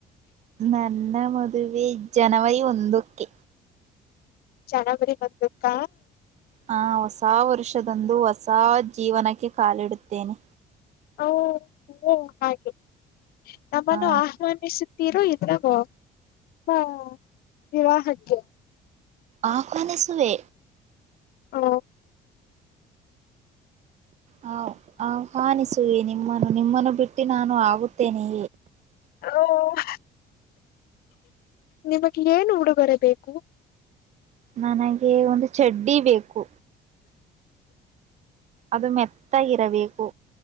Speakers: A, on the right; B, on the left.
A: ನನ್ನ ಮದ್ ದುವೆ ಜನವರಿ ಒಂದುಕ್ಕೆ
B: ಜನವರಿ ಒಂದುಕ್ಕ
A: ಹ ಹೊಸ ವರ್ಷದಂದು ಹೊಸ ಜೀವನಕ್ಕೆ ಕಾಲಿಡುತ್ತೇನೆ.
B: ಓ ಓ ಹಾಗೆ ನಮ್ಮನ್ನು
A: ಆ
B: ಆಹ್ವಾನಿಸ್ ತಿರು ಇದ್ರಾಗೊ ಹಾ ವಿವಾಹಕ್ಕೆ.
A: ಆಹ್ವಾನಿಸುವೆ
B: ಹ
A: ಹ ಆ ಆಹ್ವಾನಿಸುವೆ ನಿಮ್ಮನ್ನು ನಿಮ್ಮನ್ನು ಬಿಟ್ಟಿ ನೀನು ಆಗುತ್ತೇ ಹೆ
B: ಹ್ಹ್ ನಿಮಗ್ ಏನು ಉಡುಗರೆಬೇಕು.
A: ನನಗೆ ಒಂದು ಚಡ್ಡಿ ಬೇಕು. ಅದು ಮೆತ್ತಾಗಿರಬೇಕು.